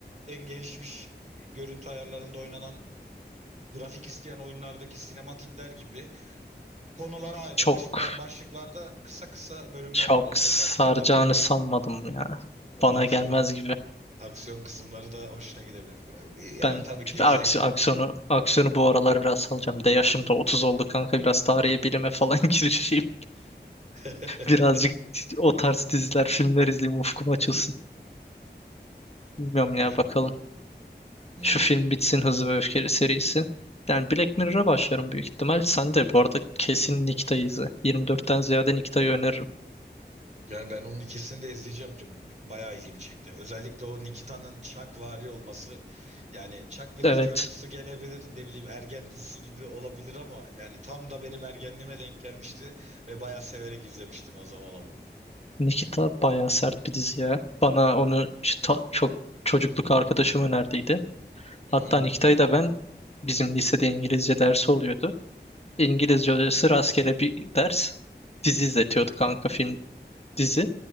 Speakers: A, on the right; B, on the left.
A: en gelişmiş görüntü ayarlarında oynanan grafik isteyen oyunlardaki sinematikler gibi konulara ayrılmış
B: Çok
A: ba- başlıklarda kısa kısa bölümler
B: çok
A: var. Onu
B: saracağını
A: da tavsiye ederim.
B: sanmadım ya.
A: Onun
B: Bana
A: aksiyon
B: gelmez gibi.
A: aksiyon kısımları da hoşuna gidebilir. Yani
B: Ben
A: tabii ki
B: aks-
A: zevk
B: aksiyonu aksiyonu bu aralar biraz salacağım. Bir de yaşım da 30 oldu kanka. Biraz tarihe bilime falan <laughs> girişeyim.
A: <laughs>
B: Birazcık o tarz diziler, filmler izleyeyim ufkum açılsın. Bilmiyorum ya
A: Baş-
B: bakalım.
A: Hmm.
B: Şu film bitsin Hızlı ve Öfkeli serisi. Yani Black Mirror'a başlarım büyük ihtimal. Sen de bu arada kesin Nikita'yı izle. 24'ten ziyade Nikita'yı öneririm.
A: Yani ben onun ikisini de izleyeceğim. C- Bayağı ilgimi çekti. Özellikle o Nikita'nın Chuck-vari olması. Yani Chuck biraz
B: Evet.
A: çocuksu gelebilir. Ne bileyim ergen dizisi gibi olabilir ama yani tam da benim ergenliğime denk gelmişti ve bayağı severek izlemiştim o zaman onu.
B: Nikita bayağı sert bir dizi ya. Bana onu ç- ta- çok çocukluk arkadaşım önerdiydi.
A: Hı
B: Hatta
A: hı.
B: Nikita'yı da ben bizim lisede İngilizce dersi oluyordu. İngilizce hocası rastgele bir ders dizi izletiyordu kanka film dizi.